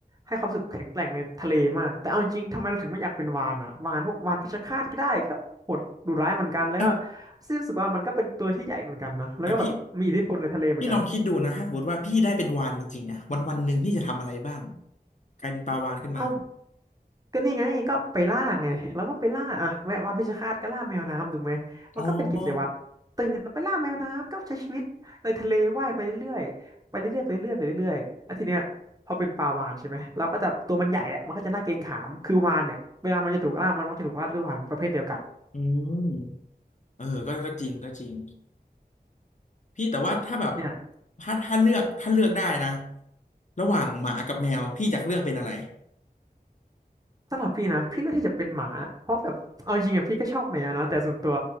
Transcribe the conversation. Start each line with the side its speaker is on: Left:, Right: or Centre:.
Right: ให้ความรู้สึกแข็งแกร่งในทะเลมากแต่เอาจริงๆทำไมเราถึงไม่อยากเป็นวาฬอ่ะวาฬพวกวาฬเพชฌฆาตก็ได้ก็โหดดุร้ายเหมือนกันแล้วก็
Left: อ่ะ
Right: พี่รู้สึกว่ามันก็เป็นตัวที่ใหญ่เหมือนกันนะแล้วก็แบบมีอิทธิพลในทะเลเหมือนกัน
Left: แต่พี่พี่ลองคิดดูนะถ้าสมมติว่าพี่ได้เป็นวาฬจริงๆนะวันวันหนึ่งพี่จะทำอะไรบ้างกลายเป็นปลาวาฬขึ้นมา
Right: เอ้า ก็นี่ไงก็ไปล่าไงแล้วก็ไปล่าอ่ะแมววานเพชฌฆาตก็ล่าแมวน้ำถูกไหมมันก็เป็นกิจวัตรตื่นแล้วไปล่าแมวน้ำก็ใช้ชีวิตในทะเลว่ายไปเรื่อยๆไปเรื่อยๆไปเรื่อยๆไปเรื่อยๆแล้วทีเนี้ยพอเป็นปลาวาฬใช่ไหมเราก็จะตัวมันใหญ่อะมันก็จะน่าเกรงขามคือวาฬเนี่ยเวลามันจะถูกล่ามันก็จะถูกล่าด้วยวาฬประเภทเดียวกัน
Left: อ๋ออืมเออก็ก็จริงก็จริง พี่แต่ว่าถ้าแบบ
Right: เนี่ย
Left: ถ้าถ้าเลือกถ้าเลือกได้นะระหว่างหมากับแมวพี่อยากเลือกเป็นอะไร
Right: สำหรับพี่นะพี่เลือกที่จะเป็นหมาเพราะแบบเอาจริงๆอะพี่ก็ชอบแมวนะแต่ส่วนตัว